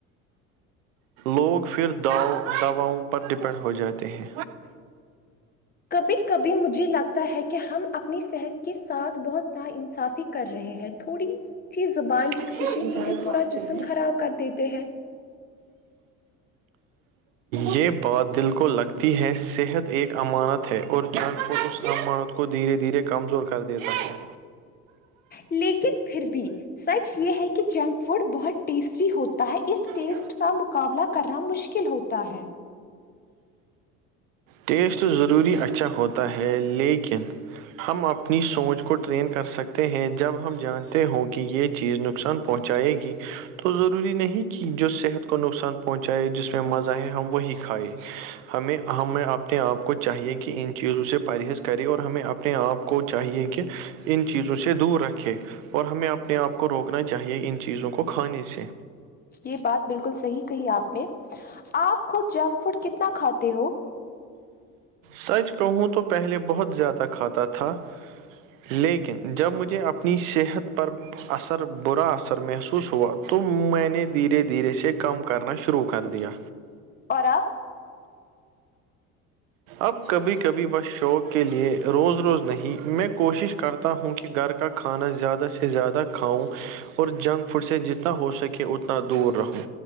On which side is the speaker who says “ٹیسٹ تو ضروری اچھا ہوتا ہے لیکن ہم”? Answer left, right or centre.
Right